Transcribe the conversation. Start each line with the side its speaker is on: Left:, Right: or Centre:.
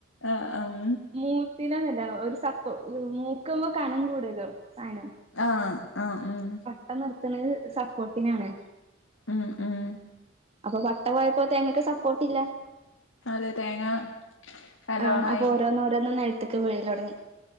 Left: ആഹ് ഉം
Right: മൂ പിന്നതല്ല ഒരുസപ്പോ മൂക്കുമ്പോ കനങ്കുടല്ലോസാനം
Left: ആഹ് ആഹ് ഉഹ്
Right: <unintelligible> നിർത്ത്ണത് സപ്പോട്ടിനാണ്
Left: ഉം ഉം
Right: അപ്പ വട്ടപോയപ്പോ തേങ്ങക്ക് സപ്പോട്ടില്ല
Left: അതെ തേങ്ങ നല്ലോണായി
Right: ആഹ് അപ്പൊ ഓരോന്നോരോന്ന് നെ ക്ക് വീഴലൊട്ങ്ങി